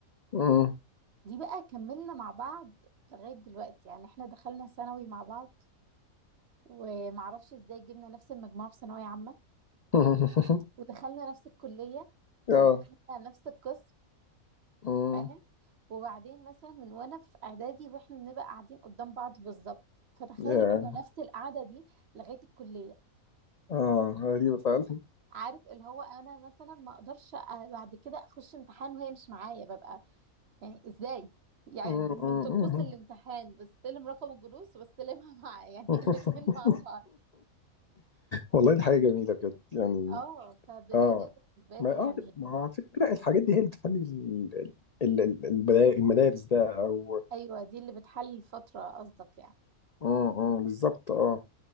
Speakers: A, on the left; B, on the right.
A: امم
B: دي بقى كملنا مع بعض لغاية دلوقتي يعني احنا دخلنا ثانوي مع بعض ومعرفش ازاي جبنا نفس المجموعة في ثانوية عامة
A: <laughs>
B: ودخلنا نفس الكلية
A: اه
B: ودخلنا نفس القسم
A: امم
B: فاهم وبعدين مثلا من وأنا في إعدادي واحنا بنبقى قاعدين قدام بعض بالظبط فتخيل
A: يا
B: احنا نفس القعدة دي لغاية الكلية
A: اه غريبه فعلا
B: عارف اللي هو انا مثلا ما اقدرش أ- بعد كده اخش امتحان وهي مش معايا ببقى يعني ازاي يعني
A: أمم.
B: دي من طقوس الامتحان بستلم رقم الجلوس وبستلمها مع يعني <laughs>
A: <laughs>
B: الاتنين مع بعض
A: والله دي حاجه جميله بجد يعني
B: اه فبجد
A: اه
B: بالنسبة
A: ما
B: لي
A: اه
B: يعني
A: ما هو على فكرة الحاجات دي هي اللي بتخلي ال- ال- ال- البدا- المدارس بقى او
B: ايوه دي اللي بتحل الفترة قصدك يعني
A: امم بالظبط اه